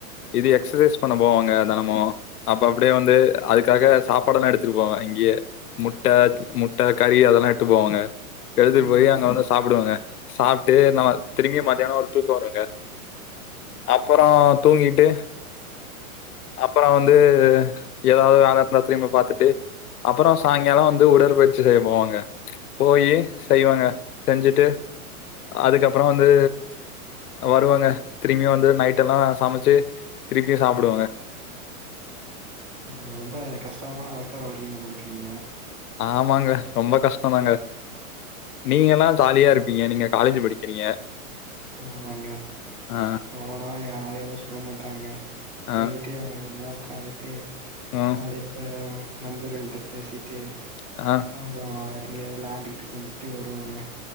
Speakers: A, on the left (about 80°); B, on the right (about 60°).
A: இது எக்ஸசைஸ் பண்ண போவாங்க தெனமு அப்ப அப்டியே வந்து அதுக்காக சாப்பாடெல்லா எடுத்துட்டு போவே இங்கியே முட்டக் முட்ட கறி அதெல்லா எட்டு போவாங்க வெஜிடபிள்
B: ம்
A: ரெடி ஆனதும் சாப்டுவங்க சாப்ட்டு நம்ம திரும்பி மதியான ஒரு தூக்க வருங்க அப்பறோ தூங்கிட்டு அப்பறோ வந்து எதாவ்து வேல இருந்தா திரும்பி பாத்துட்டு அப்பறோ சாய்ங்கால வந்து உடற்பயிற்சி செய்ய போவாங்க போயி செய்வங்க செஞ்சுட்டு அதுக்கப்றோ வந்து வருவங்க திரும்பியு வந்து நைட்டெல்லா சமச்சு திருப்பியு சாப்டுவங்க
B: ம் ரொம்ப கஷ்டமான வாழ்க்க வாழ்றீங்க போலக்கு நீங்க
A: ஆமாங்க ரொம்ப கஷ்டோ தாங்க நீங்கல்லா ஜாலியா இருப்பீங்க நீங்க காலேஜ்ஜி படிக்கிறீங்க
B: ஆமாங்க
A: ஆ
B: போனா யாரு எதுவு சொல்ல மாட்டாங்க போயி
A: ஆ
B: ட்டு அங்க கொஞ்ச நேர் உக்காந்துட்டு
A: ம்
B: அப்டியே கொ நண்பர்களிட்ட பேசிட்டு
A: ஆ
B: அப்றோ எங்கயாவது விளாண்டுட்டு செஞ்சுட்டு வருவங்க